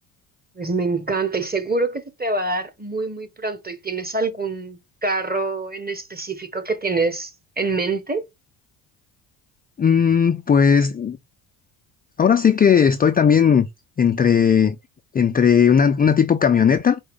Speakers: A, on the right; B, on the left.
A: Pues me encanta y seguro que se te va a dar muy, muy pronto. ¿Y tienes algún carro en específico que tienes en mente?
B: Mm, pues ahora sí que estoy también entre, entre una, una tipo camioneta